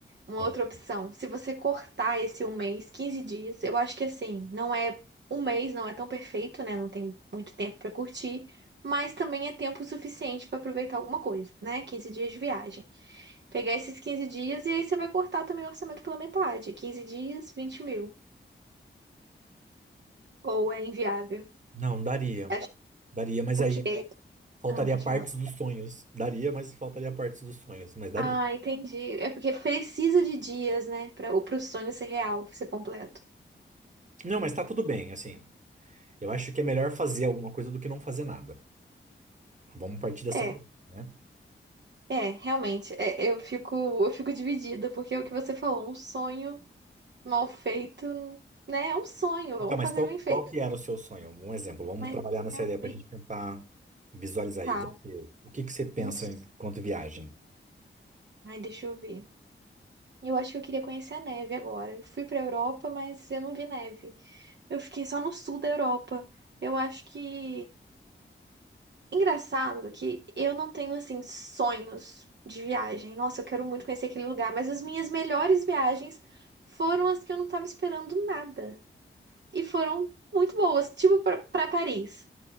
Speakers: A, on the right; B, on the right.
A: Uma
B: Ok.
A: outra opção, se você cortar esse um mês, 15 dias, eu acho que assim, não é um mês, não é tão perfeito, né? Não tem muito tempo pra curtir, mas também é tempo suficiente pra aproveitar alguma coisa, né? quinze dias de viagem. Pegar esses 15 dias e aí você vai cortar também o orçamento pela metade. quinze dias, vinte mil. Ou é inviável.
B: Não, daria.
A: Acho-
B: Daria, mas
A: Porque.
B: aí. Faltaria
A: Ah, pode
B: partes
A: falar.
B: dos sonhos. Daria, mas faltaria partes dos sonhos. Mas daria.
A: Ah, entendi. É porque precisa de dias, né? Para o sonho ser real, ser completo.
B: Não, mas tá tudo bem, assim. Eu acho que é melhor fazer alguma coisa do que não fazer nada. Vamos partir dessa
A: É.
B: premissa, né?
A: É, realmente, é, eu fico, eu fico dividida, porque é o que você falou, um sonho mal feito, né? É um sonho, vamos
B: Então, mas
A: fazer
B: qual,
A: bem feito.
B: qual que era o seu sonho? Um exemplo. Vamos
A: Mas
B: trabalhar nessa
A: realmente
B: ideia pra gente tentar visualizar
A: tá.
B: aí. Você, o que que você pensa
A: Um... s-
B: enquanto viagem?
A: Ai, deixa eu ver. Eu acho que eu queria conhecer a neve agora. Eu fui pra Europa, mas eu não vi neve. Eu fiquei só no sul da Europa. Eu acho que. Engraçado que eu não tenho, assim, sonhos de viagem. Nossa, eu quero muito conhecer aquele lugar, mas as minhas melhores viagens foram as que eu não tava esperando nada. e foram muito boas, tipo pra pra Paris.